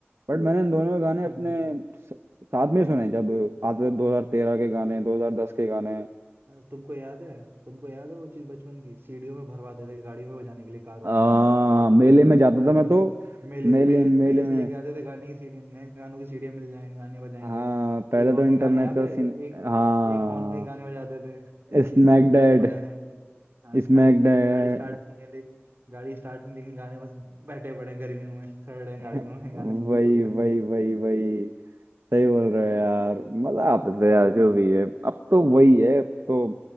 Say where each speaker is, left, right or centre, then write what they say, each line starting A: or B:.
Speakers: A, on the right (about 70°); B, on the right (about 55°).
A: बट मैंने इन दोनों के गाने अपने
B: हम्म
A: स- साथ में ही सुने जब आते थे 2013 के
B: अच्छा।
A: गाने 2010 के गाने
B: अ, तुमको याद है तुमको याद है वो चीज बचपन की सीढ़ियों में भरवाते थे गाड़ियों में बजाने के लिए कारों
A: आ,
B: में
A: मेले
B: वो
A: में
B: वो
A: जाता
B: तो नहीं
A: था मैं
B: था
A: तो
B: सिर्फ मेले
A: मेले
B: मेले
A: मेले
B: मेले से
A: में
B: लेके आते थे गाने की सीडी नए गानों की सीडियां मिल जाएंगे गाने बजाएंगे
A: हाँ पहले
B: एक ऑन
A: तो इंटरनेट
B: के गाने याद
A: का
B: है
A: सीन
B: ए, एक
A: हाँ
B: एक ऑन के गाने बजाते थे
A: Smack
B: एक ऑन के गाने
A: that
B: बजा रहे हैं हाँ स्मैक
A: Smack
B: दैट
A: dad
B: गाड़ी स्टार्ट नहीं है लेकिन गाड़ी स्टार्ट नहीं लेकिन गाने बस बैठे पड़े हैं गर्मियों में सड़ रहे हैं
A: <laughs>
B: गाड़ियों में
A: वही
B: गाने सुनते सुनते
A: वही वही वही सही बोल रहे हो यार मजा आप रहे हैं
B: हाँ
A: यार जो भी है अब तो वही है अब तो